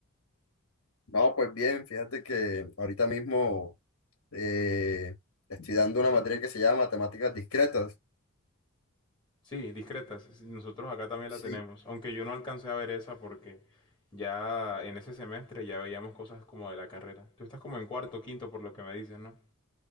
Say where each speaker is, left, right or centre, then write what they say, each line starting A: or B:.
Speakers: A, on the left; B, on the left.
A: No, pues bien, fíjate que ahorita mismo eh, estoy dando una materia que se llama Matemáticas Discretas.
B: Sí, discretas, sí, nosotros acá también
A: Sí,
B: la tenemos, aunque yo no alcancé a ver esa porque ya en ese semestre ya veíamos cosas como de la carrera. Tú estás como en cuarto, quinto, por lo que me dices, ¿no?